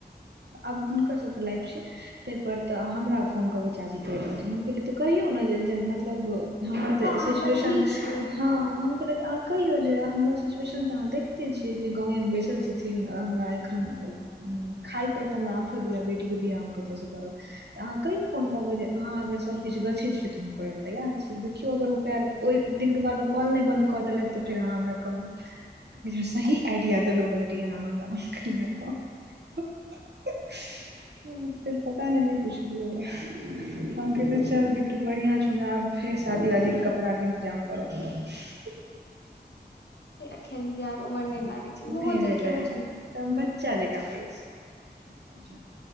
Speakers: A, on the right (about 70°); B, on the left (about 75°).
A: आब हुनकर सबके लाइफ छै ताहिपर तऽ हमरा फोन कऽ कऽ चाची कहैत रहथिन हम कहलियै तऽ कहियौ नऽ जे -- जे मतलब हमर तऽ
B: हँ अहाँ
A: सिचवेशन
B: पत्नी छियै
A: हँ हम कहलिये तऽ अहाँ कहियो जे हमर सिचवेशन तऽ अहाँ देखते छीयै जे गाँवे मे बैसल छथि छथिन हमरा एखन खाइ पर तऽ हमरा आफत यऽ बेटी केँ बियाह हम कतऽ सँ करब तऽ अहाँ कहीयो फोन कऽ कऽ जे अहाँ अगर सभकिछ गछै छियै तऽ हम करैय लऽ तैयार छी देखियौ अगर ओ पैर ओहि दिन केँ बाद ओ कॉल नय बन्द कऽ देलैथ तऽ फेर अहाँ हमरा कहुँ तऽ कहै छै सही आइडिया देलहुँ बनटी अहाँ हमरा हम कहलियै हँ <inaudible> फेर पता नैय नय पुछलियै यऽ हम कहलियै चल बिट्टू बढ़िआँ छौ हमरा आब फेर शादी वादीके कपड़ा केँ इन्तजाम करऽ पड़त
B: से एखैन बियाह कऽ उमर नइ लागै छै मुहो
A: नहि भेलै
B: देख केँ होइ छै नऽ
A: <unintelligible> बच्चा जेका लागै छै